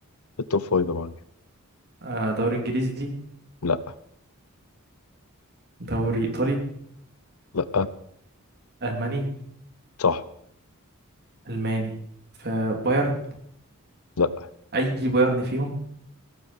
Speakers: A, on the left; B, on the right.
A: التوب فايف يا معلم
B: آه، دوري انجليزي
A: لا
B: دوري ايطالي
A: لا
B: الماني
A: صح
B: الماني فبايرن
A: لا
B: اي بايرن فيهم